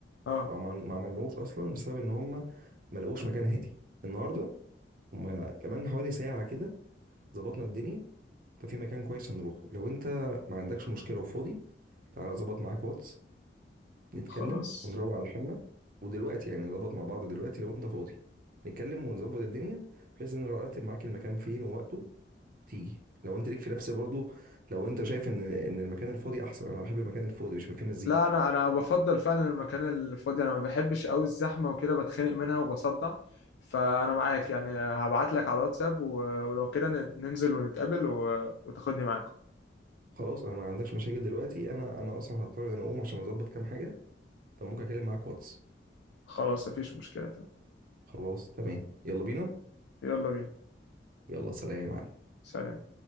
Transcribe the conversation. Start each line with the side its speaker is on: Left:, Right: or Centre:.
Left: اه
Right: وعمل ما عملناهوش اصلا بسبب ان هم ما لقوش مكان هادي النهارده هم كمان حوالي ساعه كده ظبطنا الدنيا ففي مكان كويس هنروحه لو انت ما عندكش مشكلة وفاضي تعالى اظبط معاك واتس نتكلم
Left: خلاص
Right: ونروق على حالنا ودلوقتي يعني نظبط مع بعض دلوقتي لو انت فاضي نتكلم ونظبط الدنيا بحيث ان أنا ارتب معاك المكان فين ووقته وتيجي لو انت ليك في نفس برضو لو انت شايف ان ان المكان الفاضي احسن انا بحب المكان الفاضي مش بيبقى فيه مزيكا
Left: لا انا انا بفضل فعلا المكان الفاضي انا ما بحبش قوي الزحمة وكده بتخنق منها وبصدع فانا معاك يعني هبعت لك على الواتساب و- ولو كده ن- ننزل ونتقابل و... وتاخدني معاكم
Right: خلاص انا ما عندكش مشاكل دلوقتي انا انا اصلا هضطر ان أنا اقوم عشان اظبط كام حاجة فممكن اكلم معاك واتس
Left: خلاص مفيش مشكلة تمام
Right: خلاص تمام يلا بينا
Left: يلا بينا
Right: يلا سلام يا معلم
Left: سلام